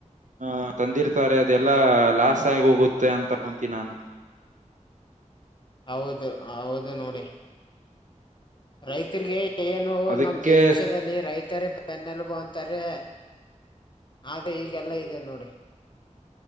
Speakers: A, on the right (about 75°); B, on the left (about 40°).
A: ಹ ತಂದಿರ್ತಾರೆ ಅದೆಲ್ಲಾ ಲಾಸ್ ಆಗಿ ಹೋಗುತ್ತೆ ಅಂತ ತಕೊಂತೀನಿ ನಾನು.
B: ಹೌದ ಹೌದ ನೋಡಿ. ರೈತರಿಗೆ ಏನು
A: ಅದಕ್ಕೆ
B: ನಮ್ಮ ದೇಶದಲ್ಲಿ ರೈತರೇ ಪೆನ್ನ ಎಲಬು ಅಂತಾರೆ.... ಆದ ಈಗೆಲ್ಲಾ ಇದೆ ನೋಡಿ. <inaudible>